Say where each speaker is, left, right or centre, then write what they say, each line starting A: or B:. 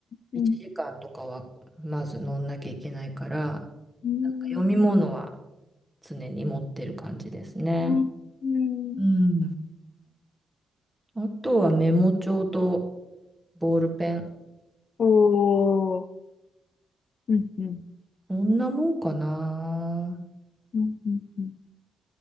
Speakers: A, on the left; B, in the centre.
A: うん
B: 1時間とかはまず乗んなきゃいけないから、
A: うん
B: なんか読み物は常に持ってる感じですね。
A: うんうん
B: うん。あとはメモ帳とボールペン。
A: おーうんうん。
B: そんなもんかな。
A: うんうんうん。